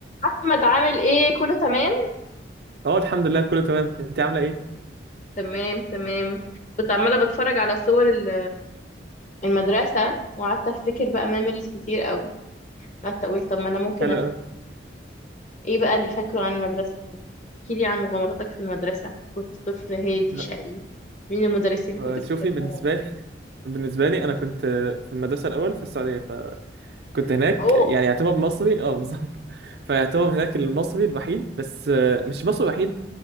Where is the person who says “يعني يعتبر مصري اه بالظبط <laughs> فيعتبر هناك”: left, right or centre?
Right